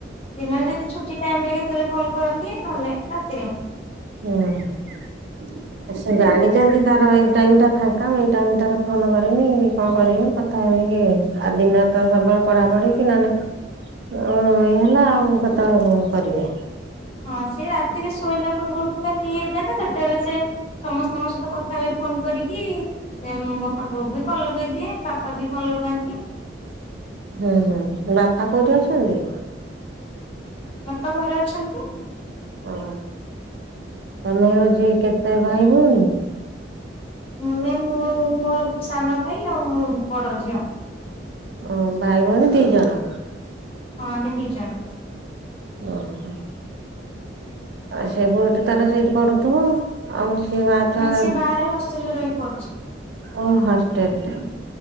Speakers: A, on the left; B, on the right.
A: ଦିନରେ ଯଦି ଛୁଟି ଟାଇମ୍ ରେ କେତେବେଳେ କଲ୍ କରନ୍ତି ନହେଲେ ରାତିରେ।
B: ହୁଁ। ସେ ଜାଣିଛନ୍ତି ତାର ଏଇ ଟାଇମ୍ ଟା ଫାଙ୍କା ମୁଁ ଏଇ ଟାଇମ୍ ଟାରେ ଫୋନ କରିମି କି କଣ କରିମି। କଥା ହେମିକି ଏଇନେ ଆ ଦିନରେ ତ ସବୁବେଳେ ପଢ଼ା ପଢ଼ି କି ନା ନାଇଁ। ଓ ଇଏ ହେଲା ଆଉ କେତେବେଳେ ମୁଁ କରିବି?
A: ହଁ ସିଏ ରାତିରେ ଶୋଇଲା ପୂର୍ବରୁ ପୁରା ତିଏ ହେଇଥାଏ ନା ସେତେବେଳେ ସେ ସମସ୍ତଙ୍କ ସହିତ କଥା ହୁଏ ଫୋନ୍ କରିକି। ସେ ମୋ ପାଖକୁ ବି କଲ୍ ଲଗେଇଦିଏ ବାପା ବି କଲ୍ ଲଗାନ୍ତି।
B: ହୁଁ ହୁଁ ବାପା କୋଉଠି ଅଛନ୍ତି?
A: ବାପା ଘରେ ଅଛନ୍ତି।
B: ଓ ତମେ ହୋଉଛି କେତେ ଭାଇ ଭଉଣୀ?
A: ମାନେ ମୁଁ ମୋର ସାନ ଭାଇ ଆଉ ମୁଁ ବଡ଼ ଝିଅ।
B: ଓ ଭାଇ ଭଉଣୀ ଦି ଜଣ।
A: ହଁ ଆମେ ଦି ଜଣ।
B: ଓ ହୋ। ଆ ସେ ପୁଅଟି ତାର ସେଇଠି ପଢ଼ୁଥିବା। ଆମ ସେ ମା
A: ହଁ
B: ଛୁଆ
A: ସିଏ ବାହାରେ ହଷ୍ଟେଲରେ ରହି ପଡୁଛି।
B: ଓ ହଷ୍ଟେଲ୍ ରେ।